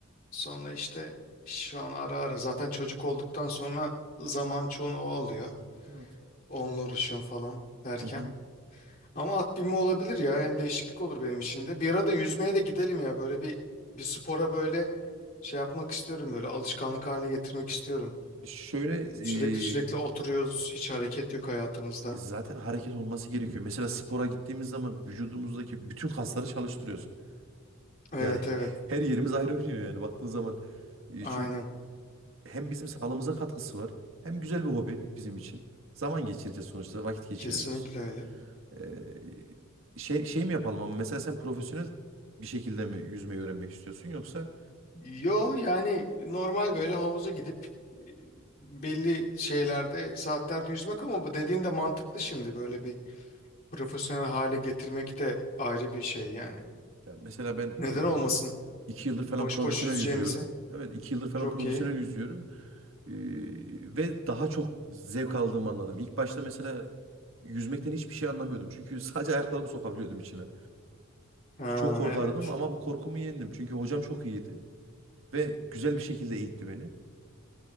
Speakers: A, on the left (about 45°); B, on the right (about 70°).
A: Sonra işte şu an ara ara zaten çocuk olduktan sonra zaman çoğunu o alıyor.
B: Evet.
A: Onunla uğraşıyorum falan derken.
B: Hı hı.
A: Ama at binme olabilir ya hem değişiklik olur benim için de. Bir ara da yüzmeye de gidelim ya böyle bir bir spora böyle şey yapmak istiyorum böyle alışkanlık haline getirmek istiyorum.
B: E, Şöyle e,
A: Sürekli sürekli oturuyoruz hiç hareket yok hayatımızda.
B: e, zaten hareket olması gerekiyor. Mesela spora gittiğimiz zaman vücudumuzdaki bütün kasları çalıştırıyoruz.
A: Evet
B: Yani
A: evet
B: <laughs> her yerimiz ayrı oynuyor yani baktığın zaman. E,
A: aynen
B: çünkü hem bizim sağlığımıza katkısı var hem güzel bir hobi bizim için. Zaman geçireceğiz sonuçta vakit geçiriyoruz.
A: kesinlikle öyle.
B: Ee, şey şey mi yapalım ama mesela sen profesyonel bir şekilde mi yüzmeyi öğrenmek istiyorsun yoksa
A: Yo yani normal böyle havuza gidip e, belli şeylerde saatlerde yüzmek ama bu dediğin de mantıklı şimdi böyle bir profesyonel hale getirmek de ayrı bir şey yani.
B: ya mesela ben
A: Neden
B: e,
A: olmasın?
B: iki yıldır falan
A: Boş
B: profesyonel
A: boş yüzeceğimizi.
B: yüzüyorum. Evet iki yıldır falan
A: Çok
B: profesyonel
A: iyi.
B: yüzüyorum. Ee, ve daha çok zevk aldığımı anladım. İlk başta mesela yüzmekten hiçbir şey anlamıyordum. Çünkü <laughs> sadece ayaklarımı sokabiliyordum içine.
A: Ha,
B: Çok korkardım
A: evet.
B: ama bu korkumu yendim. Çünkü hocam çok iyiydi ve güzel bir şekilde eğitti beni.